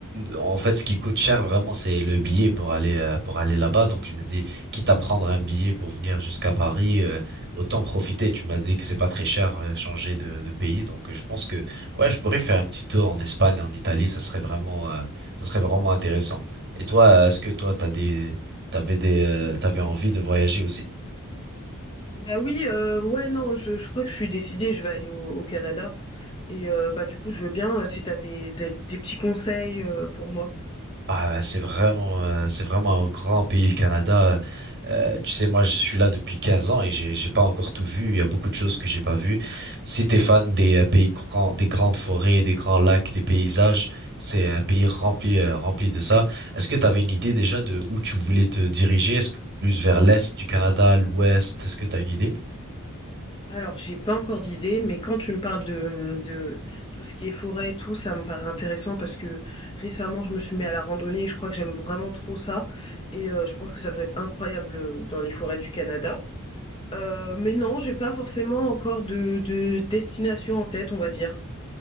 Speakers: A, on the right; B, on the left.
A: en fait, ce qui coûte cher vraiment, c'est le billet pour aller, euh, pour aller là-bas. Donc, je me dis, quitte à prendre un billet pour venir jusqu'à Paris, euh, autant profiter. Tu m'as dit que c'est pas très cher, euh, changer de, de pays. Donc, euh, je pense que, ouais, je pourrais faire un petit tour en Espagne, en Italie. Ça serait vraiment, euh, ça serait vraiment intéressant. Et toi, euh, est-ce que toi, t'as des, t'avais des, euh, t'avais envie de voyager aussi?
B: Bah oui, euh, ouais non, je, je crois que je suis décidée, je vais aller au, au Canada et euh, bah du coup je veux bien euh, si t'as des, des des petits conseils euh, pour moi.
A: Ah, bah, c'est vraiment, euh, c'est vraiment un grand pays, le Canada. Euh, tu sais, moi, je suis là depuis 15 ans et j'ai, j'ai pas encore tout vu. Il y a beaucoup de choses que j'ai pas vues. Si t'es fan des euh, pays grands, des grandes forêts, des grands lacs, des paysages, c'est un pays rempli, euh, rempli de ça. Est-ce que t'avais une idée déjà de où tu voulais te diriger? Est-ce que plus vers l'est du Canada, l'ouest? Est-ce que t'as une idée?
B: Alors, j'ai pas encore d'idée, mais quand tu me parles de, de tout ce qui est forêt et tout, ça me paraît intéressant parce que récemment, je me suis mis à la randonnée et je crois que j'aime vraiment trop ça. Et euh, je pense que ça doit être incroyable euh, dans les forêts du Canada. Euh, mais non, j'ai pas forcément encore de, de destination en tête, on va dire.